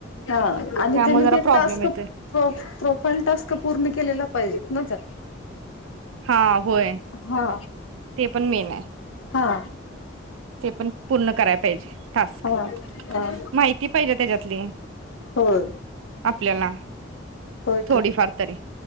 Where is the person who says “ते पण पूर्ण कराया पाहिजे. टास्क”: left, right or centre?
Right